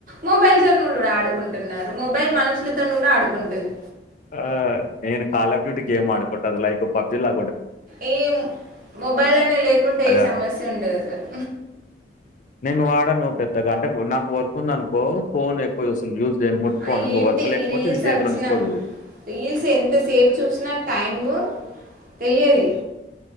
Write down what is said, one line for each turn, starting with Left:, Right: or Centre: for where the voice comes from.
Right: మొబైల్ తోను కూడా ఆడుకుంటున్నారు మొబైల్ మనుషులతో కూడా ఆడుకుంటుంది.
Left: ఆ నేను కల్ ఆఫ్ డ్యూటి గేమ్ ఆడుకుంటా అది లైకు పబ్జిలా
Right: ఈ మొబైల్ అనే లేకుంటే
Left: అదా
Right: ఏ సమస్య ఉండదు అసలు
Left: నేను వాడాను ఓ పెద్దగా అంటే నాకు వర్క్ ఉందనుకో ఎ ఫో ఎక్కువ చూస్తా యూజ్ చేయ ముట్కోను
Right: ఆ ఏంటి
Left: ఇ వర్క్ లేకపోచ్చతే
Right: ఈ రీల్స్
Left: ఇది జీవితంలో
Right: వచ్చినా
Left: నిచిపోదు
Right: రీల్స్ ఎంతసేపు చూసినా టైమ్ తెలియది